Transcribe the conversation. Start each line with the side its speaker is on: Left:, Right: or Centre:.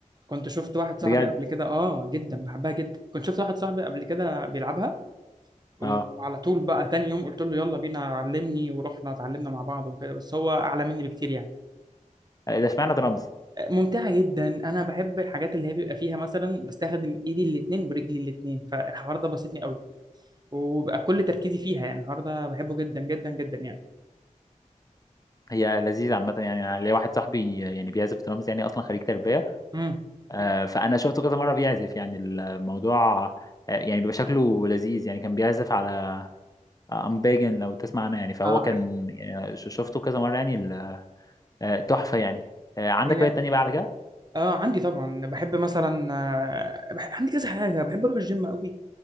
Right: كنت شفت واحد صاحبي
Left: بجد
Right: قبل كده اه جدا بحبها جدا كنت شفت واحد صاحبي قبل كده بيلعبها وعلى
Left: اه
Right: طول بقى تاني يوم قلت له يلا بينا علمني ورحنا اتعلمنا مع بعض وكده بس هو اعلى مني بكتير يعني
Left: ده اشمعنى درامز
Right: ممتعة جدا انا بحب الحاجات اللي هي بيبقى فيها مثلا بستخدم ايدي الاتنين ورجلي الاتنين فالحوار ده بسطني قوي وبقى كل تركيزي فيها يعني الحوار ده بحبه جدا جدا جدا يعني
Left: هي لذيذة عامة يعني أنا ليا واحد صاحبي يعني بيعزف درامز يعني أصلا خريج تربية
Right: امم
Left: آه، فأنا شفته كذا مرة بيعزف يعني الموضوع آه، يعني بيبقى شكله لذيذ يعني كان بيعزف على أمباجن لو تسمع عنها يعني فهو
Right: اه
Left: كان
Right: عارف
Left: يعني ش- شفته كذا مرة يعني ال- آه، تحفة يعني آه، عندك
Right: هي
Left: هوايات تانية بقى على كده
Right: اه عندي طبعا بحب مثلا آه، بح... عندي كذا حاجة بحب اروح الجيم قوي